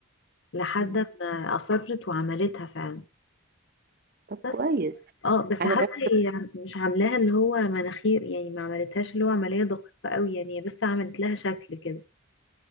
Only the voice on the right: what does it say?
مم.
طب
كويس
انا
بس